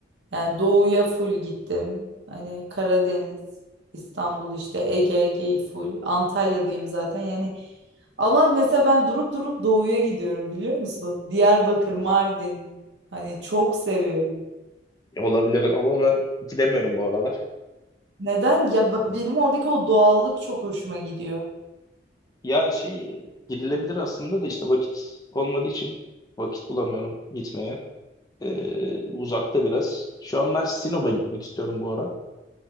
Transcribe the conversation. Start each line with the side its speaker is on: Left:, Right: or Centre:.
Right: Yani doğuya full gittim. Hani Karadeniz, İstanbul işte Ege, Ege'yi full. Antalya'dayım zaten. Yani ama mesela ben durup durup doğuya gidiyorum biliyor musun? Diyarbakır, Mardin. Hani çok seviyorum.
Left: Olabilir ama ben gidemiyorum bu aralar.
Right: Neden? Ya b- benim oradaki o doğallık çok hoşuma gidiyor.
Left: Ya şey gidilebilir aslında da işte vakit olmadığı için vakit bulamıyorum gitmeye. Ee, uzakta biraz. Şu an ben Sinop'a gitmek istiyorum bu ara.